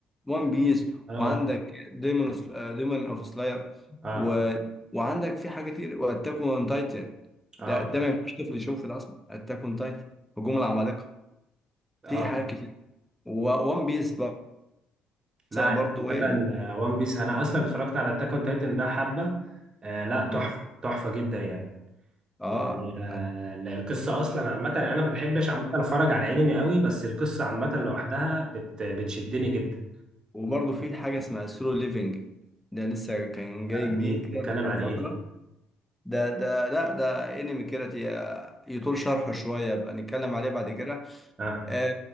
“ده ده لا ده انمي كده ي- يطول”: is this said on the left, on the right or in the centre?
Centre